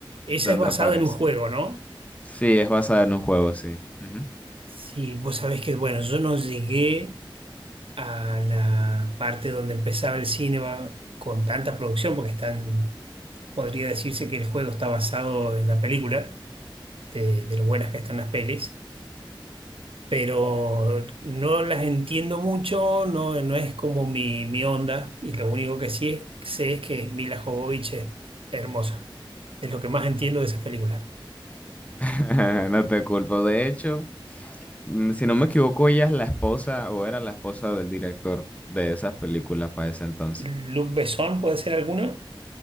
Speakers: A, on the right; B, on the left.
A: Esa
B: donde
A: es basada
B: aparece.
A: en un juego, ¿no?
B: Sí, es basada en un juego, sí. Ujú.
A: Sí, vos sabés que, bueno, yo no llegué a la parte donde empezaba el cine va- con tanta producción, porque están Podría decirse que el juego está basado en la película, de, de lo buenas que están las pelis, pero no las entiendo mucho, no, no es como mi, mi onda, y lo único que sí es- sé es que Mila Jovovich es hermosa. Es lo que más entiendo de esas películas.
B: <laughs> No te culpo. De hecho, mm, si no me equivoco, ella es la esposa o era la esposa del director de esas películas para ese entonces.
A: Luc Besson puede ser alguna.